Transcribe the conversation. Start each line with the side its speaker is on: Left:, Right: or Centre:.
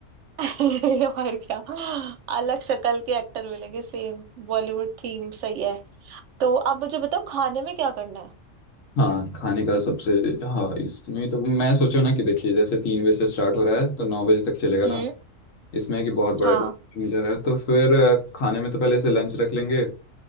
Right: <laughs> और क्या अलग शक्ल के एक्टर मिलेंगे सेम बॉलीवुड थीम सही है तो अब मुझे बताओ खाने में क्या करना है
Left: हाँ खाने का सबसे हाँ इसमें तो मैं सोचो ना कि देखिए जैसे तीन बजे से स्टार्ट हो रहा है तो नौ बजे तक चलेगा
Right: हम्म
Left: ना इसमें है कि बहुत बड़ा
Right: हाँ
Left: नेचर है तो फिर अ, खाने में तो पहले से लंच रख लेंगे